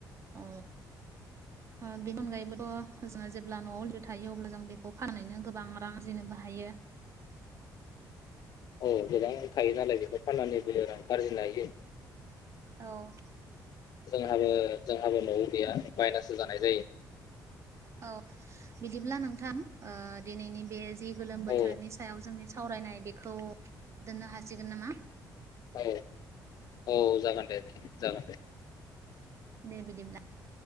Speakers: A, on the right; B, on the left.
A: ओ ओ बेनि अनगायैबोथ' जों जेब्ला न'आव <unintelligible> थायो अब्ला जों बेखौ फाननानो गोबां रां आरजिनोबो हायो।
B: औ गोबां थायो नालाय बेखौ फाननानैबो रांखौ आरजिनो हायो।
A: औ।
B: जों हाबो जों हाबो न'आव गैया बायनासो जा नाय जायो।
A: औ बिदिब्ला नोंथां ओ दिनैनि बे जि गोलोम बोथोरनि
B: औ
A: सायाव जोंनि सावरायनाय बेखौ दोननो हासिगोन नामा?
B: औ औ जागोन दे। जागोन दे।
A: दे बिदिब्ला।